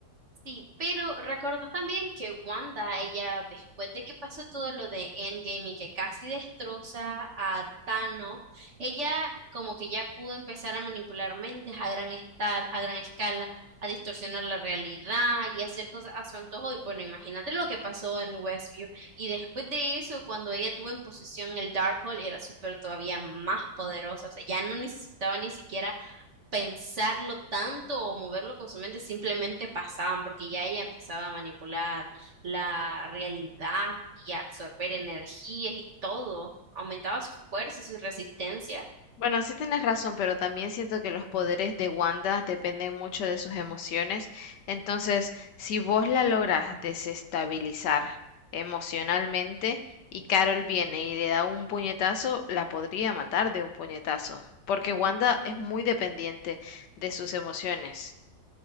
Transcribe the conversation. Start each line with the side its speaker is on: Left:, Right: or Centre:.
Right: Sí, pero recordá también que Wanda, ella, después de que pasó todo lo de Endgame y que casi destroza a Thanos, ella como que ya pudo empezar a manipular mentes a gran estal, a gran escala, a distorsionar la realidad y hacer cosas a su antojo. Y bueno, imagínate lo que pasó en Westview. Y después de eso, cuando ella tuvo en posesión el Darkhold, era súper todavía más poderosa. O sea, ya no necesitaba ni siquiera pensarlo tanto o moverlo con su mente, simplemente pasaban, porque ya ella empezaba a manipular la realidad y a absorber energías y todo, aumentaba su fuerza y su resistencia.
Left: Bueno, sí tienes razón, pero también siento que los poderes de Wanda dependen mucho de sus emociones. Entonces, si vos la logras desestabilizar emocionalmente y Carol viene y le da un puñetazo, la podría matar de un puñetazo, porque Wanda es muy dependiente de sus emociones.